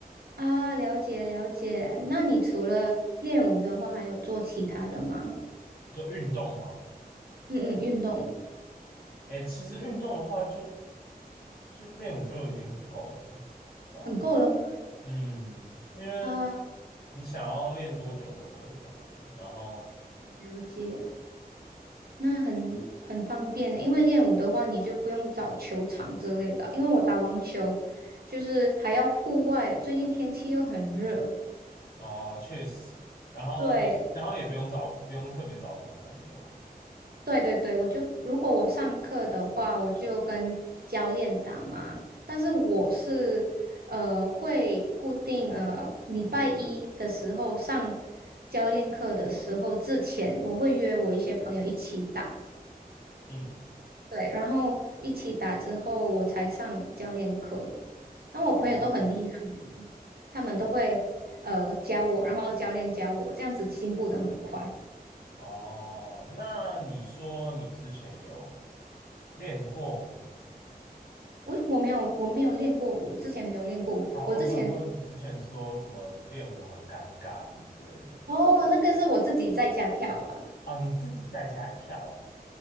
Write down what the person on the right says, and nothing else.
啊，了解了解。那你除了练舞的话，还有做其他的吗？
嗯嗯，运动
很够了吗？
啊，
了解。那很很方便的，因为练舞的话，你就不用找球场之类的。因为我打网球，就是还要户外，最近天气又很热，
对，对对对，我就如果我上课的话，我就跟教练打嘛。但是我是呃会固定呃礼拜一的时候上教练课的时候之前，我会约我一些朋友一起打，
对，然后一起打之后我才上教练课。然后我朋友都很厉害，
他们都会呃教我，然后教练教我，这样子进步的很快。
我我没有我没有练过舞，之前没有练过舞，
我之前
哦，那个是我自己在家跳啦。